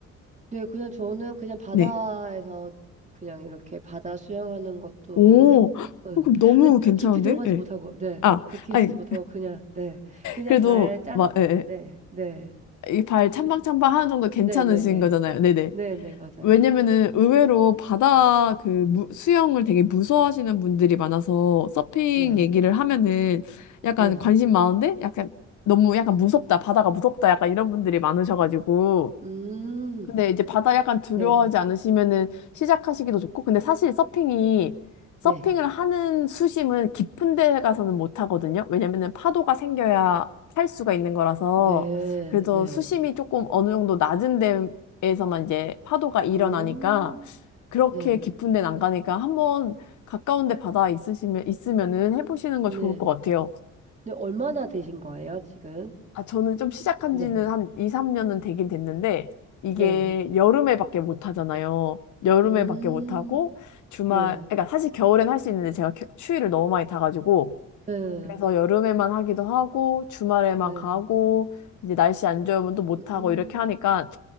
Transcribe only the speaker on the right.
네, 그냥 저는 그냥 바다에서
그냥 이렇게 바다 수영하는 것도
했,
응.
근데
깊이 들어가지
못하고, 네,
그렇게
하지 못하고, 그냥, 네, 그냥
발 짠,
네, 네,
그,
네, 네, 네,
네, 네, 맞아요.
네,
네,
음,
네,
네,
네,
네.
음,
네,
네.
네, 얼마나 되신 거예요, 지금?
네,
네.
음,
네,
네,
네.
음,